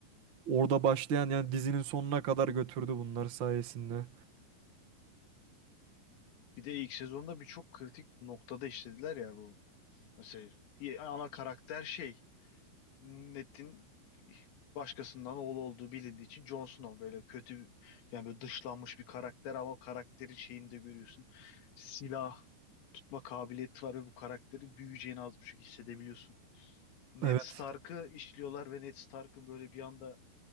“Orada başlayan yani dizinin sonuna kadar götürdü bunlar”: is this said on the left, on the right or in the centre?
Right